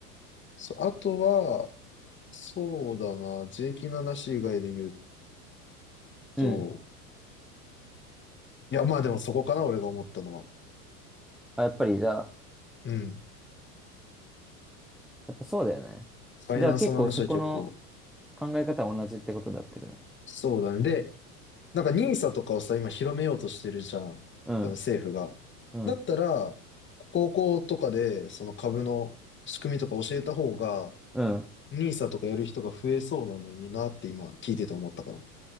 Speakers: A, on the left; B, in the centre.
A: そう、あとは、そうだな、税金の話以外で言う
B: うん。
A: と、いやまあでもそこかな、俺が思ったのは。
B: あ、やっぱりじゃあ、
A: うん。
B: やっぱそうだよね。
A: ファイナンスの話は結構、
B: じゃあ結構そこの考え方は同じってことだってるね。
A: そうだね。で、なんかニーサとかをさ、今広めようとしてるじゃん。
B: うん、
A: 多分政府が。
B: うん、
A: だったら、高校とかでその株の仕組みとか教えた方が、
B: うん。
A: ニーサとかやる人が増えそうなのになって今聞いてて思ったから。